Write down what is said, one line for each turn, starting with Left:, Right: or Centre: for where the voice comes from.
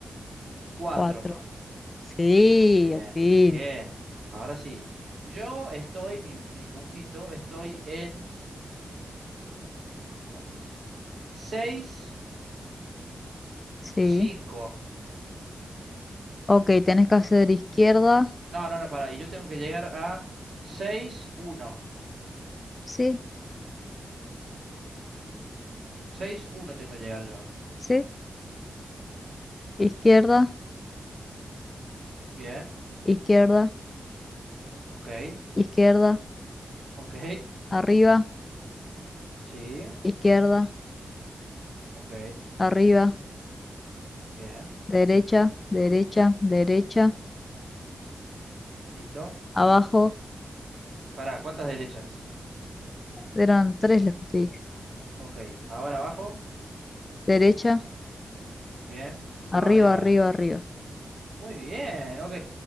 Right: cuatro.
Left: cuatro. Sí,
Right: Muy bien,
Left: al fin.
Right: bien. Ahora sí. Yo estoy, mi, mi puntito, estoy en dos, tres, cuatro, cinco. Seis,
Left: Sí.
Right: cinco.
Left: Ok, tenés que hacer izquierda,
Right: No, no, no, para. Y yo tengo que llegar a seis uno.
Left: sí,
Right: Seis uno tengo que llegar yo.
Left: sí, izquierda,
Right: Bien.
Left: izquierda,
Right: Ok.
Left: izquierda,
Right: Ok.
Left: arriba,
Right: Sí.
Left: izquierda,
Right: Ok.
Left: arriba,
Right: Bien.
Left: derecha, derecha, derecha,
Right: Listo.
Left: abajo.
Right: Para, ¿cuántas derechas?
Left: Eran tres las que te dije.
Right: Ok. Ahora abajo.
Left: Derecha,
Right: Bien. Y todo
Left: arriba,
Right: arriba
Left: arriba,
Right: ahora.
Left: arriba.
Right: Muy bien. Ok.